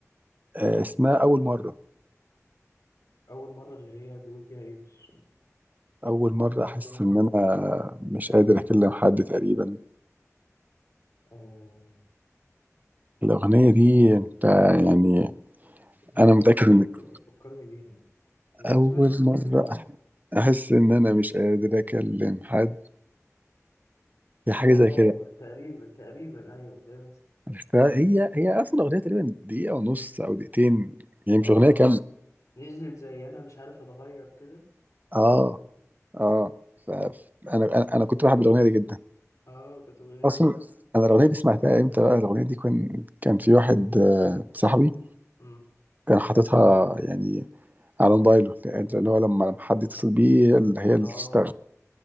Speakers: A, on the right (about 30°); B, on the left (about 85°).
A: آه اسمها اول مره
B: أول مرة اللي هي بيقول فيها إيه بس
A: اول
B: إن
A: مره
B: هو دي
A: احس
B: كذا حاجة
A: ان انا مش قادر اكلم حد تقريبا
B: آه
A: الأغنية دي أنت يعني
B: لا،
A: أنا
B: فكرني
A: متأكد إنك
B: ب... فكرني بيها يعني أنا
A: أول
B: سمعت كل
A: مرة
B: أغانيه
A: أحس إن أنا مش قادر أكلم حد هي حاجة
B: آه
A: زي كده
B: تقريبا تقريبا أيوه تقريبا
A: عرفتها هي هي أصلا أغنية تقريبا دقيقة ونص أو دقيقتين يعني
B: آه
A: مش أغنية كاملة
B: نزلت زي أنا مش عارف أتغير كده
A: آه آه فأنا أنا أنا أنا كنت بحب الأغنية دي جدا
B: آه كانت أغنية
A: أصلا أنا الأغنية دي سمعتها إمتى بقى الأغنية دي كان كان في واحد آه، صاحبي
B: حلوة.
A: كان حاططها يعني على موبايله اللي هو لما لما حد يتصل بيه هي اللي هي اللي
B: اه
A: تشتغل